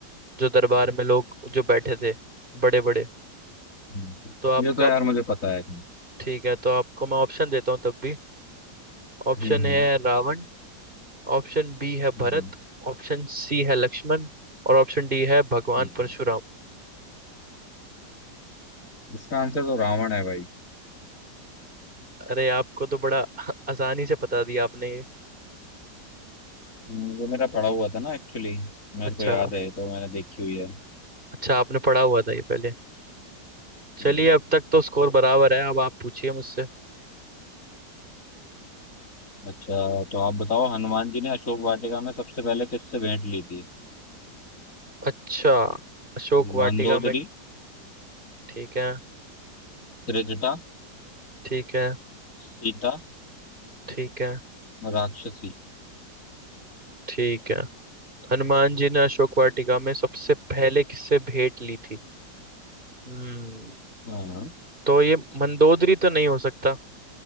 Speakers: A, on the right; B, on the left.
A: जो दरबार में लोग जो बैठे थे बड़े बड़े
B: हम्म,
A: तो आपका
B: ये तो यार मुझे पता है कि
A: ठीक है तो आपको मैं ऑप्शन देता हूँ तब भी ऑप्शन
B: हम्म
A: है
B: हम्म
A: रावण ऑप्शन बी है
B: हम्म,
A: भरत ऑप्शन सी है लक्ष्मण और ऑप्शन डी है भगवान
B: हम्म।
A: परशुराम
B: इसका आंसर तो रावण है भाई
A: अरे आपको तो बड़ा <laughs> आसानी से बता दिया आपने ये
B: हम्म, ये मेरा पढ़ा हुआ था ना एक्चुअली मेरे
A: अच्छा
B: को याद है तो मैंने देखी हुई है
A: अच्छा आपने पढ़ा हुआ था ये पहले चलिए
B: हम्म।
A: अब तक तो स्कोर बराबर है अब आप पूछिए मुझसे
B: अच्छा तो आप बताओ हनुमान जी ने अशोक वाटिका में सबसे पहले किससे भेंट ली थी
A: अच्छा अशोक वाटिका
B: मंदोदरी
A: में ठीक है
B: त्रिजटा
A: ठीक है
B: सीता
A: ठीक है
B: राक्षसी
A: ठीक है हनुमान जी ने अशोक वाटिका में सबसे पहले किससे भेंट ली थी हम्म
B: हाँ हम्म
A: तो ये मंदोदरी तो नहीं हो सकता